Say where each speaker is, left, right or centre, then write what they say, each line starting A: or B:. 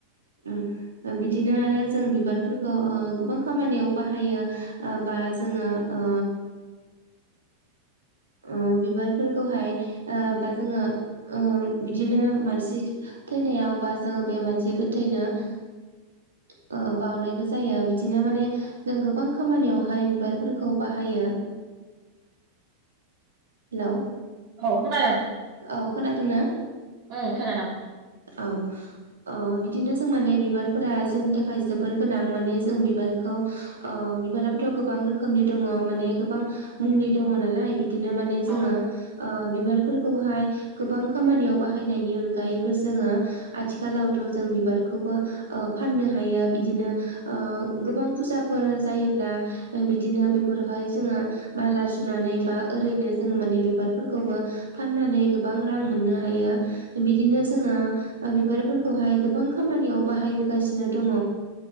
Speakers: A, on the right; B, on the right.
A: उम। बिदिनो आरो जों बिबारफोरखौ ओ गोबां खामानियाव बाहायो ओ बा जोङो ओ ओ बिबारफोरखौहाय ओ बा जोङो ओ बिदिनो मानसि थैनायाव बा जोङो बे मानसे गोथैनो ओ बाउनायबो जायो बिदिनो माने जों गोबां खामानियावहाय बिबारफोरखौ बाहायो। हेलौ
B: औ खोनादों
A: औ खोनादोंना
B: ओम खोनादों।
A: औ अ बिदिनो जों माने बिबारफोरा जोंनि थाखाय जोबोर गोनां माने जों बिबारखौ बिबाराबोथ' गोबां रोखोमनि दङ माने गोबां। मुंनि दङ'
B: औ
A: नालाय बिदिनो माने जोङो
B: औ
A: बिबारफोरखौहाय गोबां खामानियाव बाहायनायनि अनगायै जोङो आथिखालावथ' जों बिबारखौबो फाननो हायो बिदिनो गोबां फुजाफोर जायोब्ला बिदिनो बेफोरावहाय जोङो माला सुनानै बा ओरैनो जोङो माने बिबारफोरखौबो फाननानै गोबां रां मोननो हायो बिदिनो जोङो
B: औ
A: बिबारफोरखौहाय गोबां खामानियाव बाहायबोगासिनो दङ'।